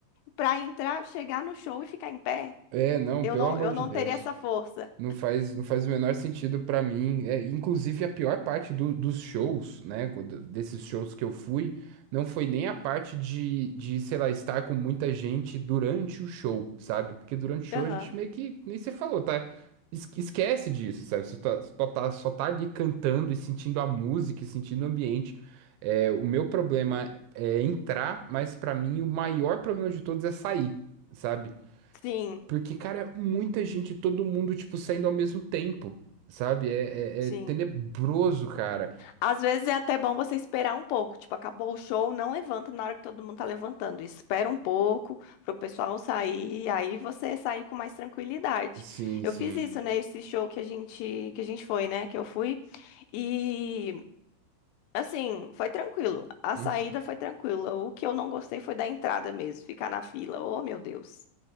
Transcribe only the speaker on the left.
pra entrar, chegar no show e ficar em pé.
Eu
não,
eu
não
teria essa força.
Aham.
Sim,
sim.
Às vezes é até bom você esperar um pouco. Tipo, acabou o show, não levanta na hora que todo mundo tá levantando. Espera um pouco pro pessoal sair, aí você sair com mais tranquilidade.
Eu
fiz isso, né, esse show que a gente que a gente foi, né, que eu fui. E assim, foi tranquilo. A
saída foi tranquila. O que eu não gostei foi da entrada mesmo, ficar na fila. Oh, meu Deus.